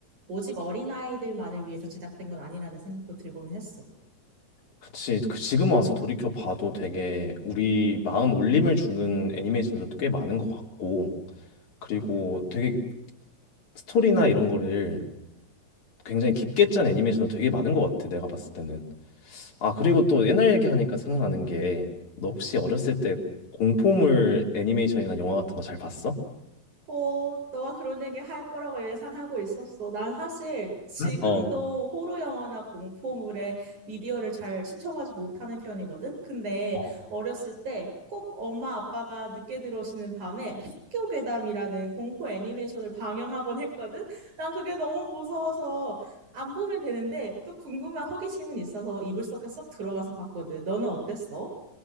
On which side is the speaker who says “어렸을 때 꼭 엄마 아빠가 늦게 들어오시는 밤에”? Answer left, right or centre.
Right